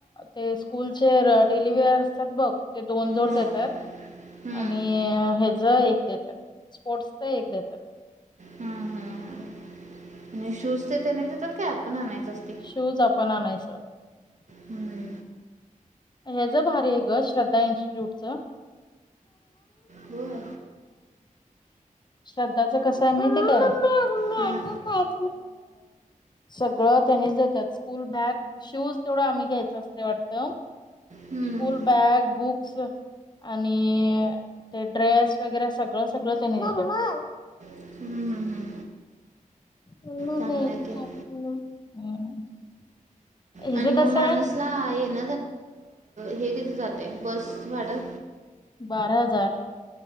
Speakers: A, on the left; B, on the right.
A: ते स्कूलचे डेलीवेअर असतात बघ ते दोन जोड
B: हां
A: देतात
B: हं,
A: आणि हच एक देतात स्पोर्ट्सच एक देतात.
B: हं, हं, हं. आणि शूज तेन त्याने देतात काय आपणा आणायचं. असते
A: शूज आपण आणायच. <inaudible>
B: हं.
A: हेज भारी हाय ग श्रद्धा इन्स्टिट्यूट च
B: होय
A: श्रद्धाच कस हाय माहिती
B: हां
A: काय सगळं त्यांनीच देतात, स्कूल बॅग शूज तेवढ आम्ही घ्यायच असतय वाटत.
B: हं,
A: स्कूल बॅग बुक्स आणि ते ड्रेस वगैरे सगळं सगळं त्यांनी दिलेत.
B: हं, हं, हं.
A: <unintelligible>
B: चांगलं आहे की
A: हिज
B: आणि मग
A: कसं
B: मानूसला
A: आहे
B: येन. हे किती जातय बस भाडं.
A: बारा हजार.